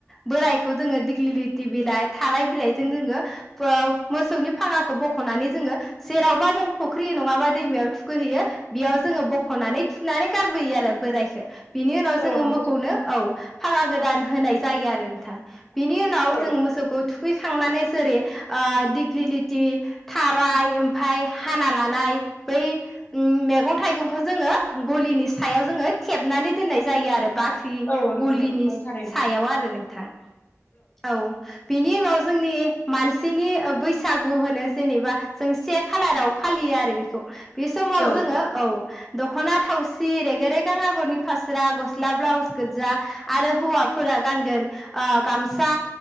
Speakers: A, in the centre; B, on the left.
A: बोराय खौ जोङो दिग्लि लिथि बिलाय थाराय बिलाइजों जोङो मोसौनि फाङाखौ बख'नानै जोङो जेरावबा जों फुख्रि नङाबा दैमायाव थुखैहैयो बेयाव जोङो बख'नानै खुनानै गारबोयो आरो बोरायखो बिनि उनाव
B: औ
A: जोङो
B: नंगौ
A: मोखौनो
B: नोंथां
A: औ फाङा गोदान होनाय जायो आरो नोंथां। बिनि उनाव
B: औ
A: जों मोसौखौ खांनानै जेरै ओ दिग्लिलिथि थाराय ओमफाय हाना लानाय बै मैगं थाइगंखौ जोङो गलिनि सायाव जोङो थेबनानै दोननाय जायो आरो बा ख्रि
B: औ नंगौ
A: गलिनि
B: नोंथां थारैनो
A: सायाव आरो नोंथां औ बिनि उनाव जोंनि मानसिनि बैसागु होनो जेनेबा जों से खालाराव फालि यो आरो बेखौ बे समाव
B: औ
A: जोङो औ दख'ना थावसि रेग रेगां आगरनि फास्रा गस्ला ब्लाउस गोजा आरो हौवाफोरा गानगोन ओ गामसा